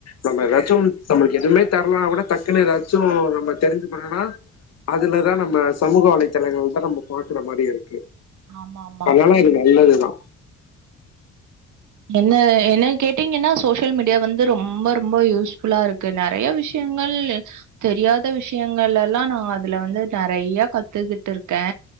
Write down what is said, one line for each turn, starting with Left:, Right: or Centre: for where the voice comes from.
Left: நம்ம ஏதாச்சும் நம்ளுக்கு எதுவுமே தெர்லனா கூட தக்குன்னு எதாச்சு நம்ம தெரிஞ்சு பண்ணணுனா அதுலதா நம்ம சமூக வலை <unintelligible> தா நம்ம பாக்குற மாரி இருக்கு
Right: ஆமாமா.
Left: அனால
Right: ம்.
Left: இது நல்லது தா
Right: என்ன என்ன கேட்டீங்கன்னா சோசியல் மீடியா வந்து ரொம்ப ரொம்ப யூஸ்ஃபுல்லா இருக்கு நெறய விஷ் விஷயங்கள் தெரியாத விஷயங்கள்லல்லா நா அதுல வந்து நெறய கத்துக்குட் டுருக்கே